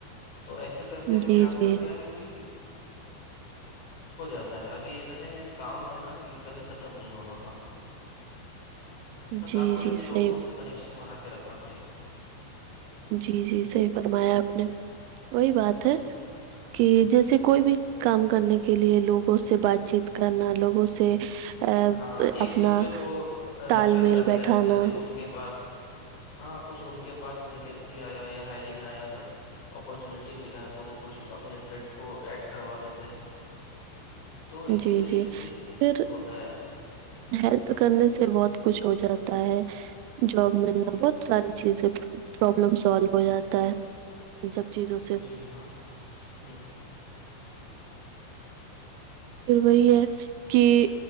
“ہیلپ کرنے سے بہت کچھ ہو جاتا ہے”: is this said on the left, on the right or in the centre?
Right